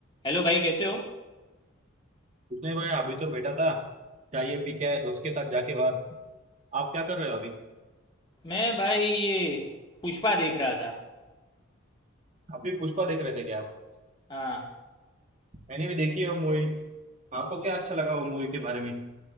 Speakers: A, on the left; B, on the right.
A: Hello भाई कैसे हो
B: कुछ नहीं भाई अभी तो बैठा था चाय पी के आया दोस्त के साथ जाके बाहर आप क्या कर रहे हो अभी
A: मैं भाई ये पुष्पा देख रहा था
B: आप भी पुष्पा देख रहे थे क्या आप
A: हाँ
B: मैंने भी देखी है वो मूवी आपको क्या अच्छा लगा वो मूवी के बारे में